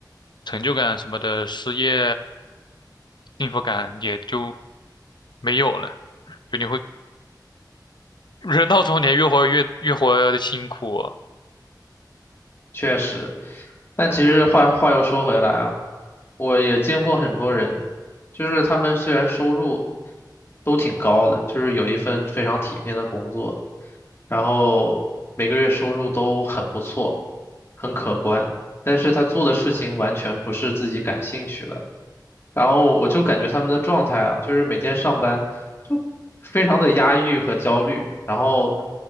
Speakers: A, on the left; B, on the left.
A: 成就感什么的，失业幸福感也就没有了。就你会人到中年，越活越越活的辛苦。
B: 确实。但其实话话又说回来啊，我也见过很多人，就是他们虽然收入都挺高的，就是有一份非常体面的工作，然后每个月收入都很不错，很可观，但是他做的事情完全不是自己感兴趣的。然后我就感觉他们的状态啊，就是每天上班就非常的压抑和焦虑，然后